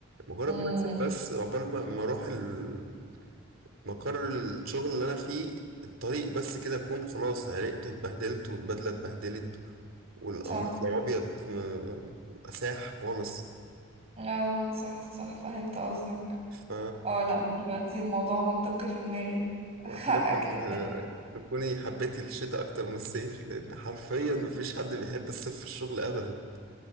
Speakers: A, on the right; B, on the right.
A: مجرد
B: مم.
A: ما انزل بس عقبال ما ما اروح ال- مقر الشغل اللي انا فيه الطريق بس كده اكون خلاص عرقت واتبهدلت والبدله اتبهدلت والقميص
B: صح
A: لو ابيض م- اساح خالص
B: اه صح صح فهمت قصدك
A: ف
B: اه لا دلوقتي الموضوع منطقي في دماغي <laughs>
A: واتمنى
B: حقك
A: ان تكوني حبيتي الشتاء اكتر من الصيف لان حرفيا مفيش حد بيحب الصيف في الشغل ابدا